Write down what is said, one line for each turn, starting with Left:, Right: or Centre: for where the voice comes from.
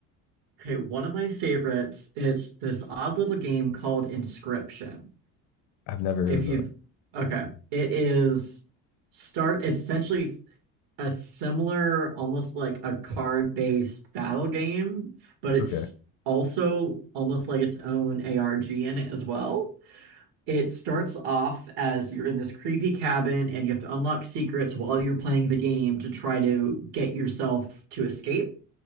Right: Okay, one of my favorites, it's this odd little game called Inscription.
Left: I've never heard
Right: If
Left: of
Right: you've
Left: that.
Right: okay, it is start it's essentially a similar, almost like a card-based battle game, but it's
Left: Okay,
Right: also almost like its own ARG in it as well. It starts off as you're in this creepy cabin and you have to unlock secrets while you're playing the game to try to get yourself to escape.